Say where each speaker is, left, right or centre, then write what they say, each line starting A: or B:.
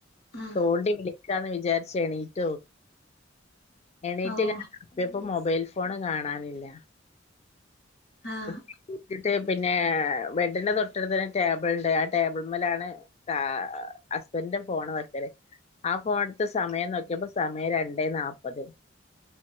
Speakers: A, on the left (about 55°); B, on the left (about 35°).
A: ആഹ്
B: തോണ്ടില്ല ക്കാന്ന് വിചാർചേണി ലോ എണീറ്റ്പ്പോ
A: ഓഹ്
B: <unintelligible> മൊബൈൽ ഫോണ് കാണാനില്ല
A: ആഹ്
B: <unintelligible> പിന്നെ ബെഡിൻ്റെ തൊട്ടടുത്തിന് ടേബിൾ ഉണ്ട് ആ ടേബിൾ മേലാണ് കാ ഹസ്ബൻഡും ഫോൺ വെക്കല് ആ ഫോൺത്തെ സമയം നോക്കിയപ്പോ സമയം രണ്ടെ നാല്പ്പത്